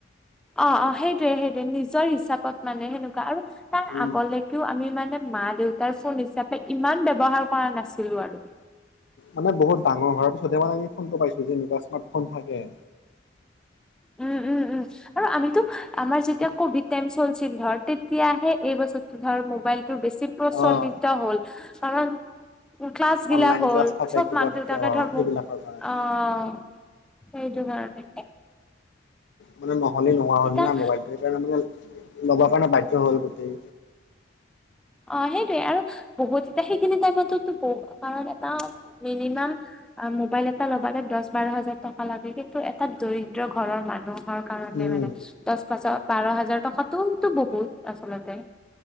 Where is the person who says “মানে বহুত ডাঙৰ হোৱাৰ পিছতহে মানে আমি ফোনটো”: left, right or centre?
Left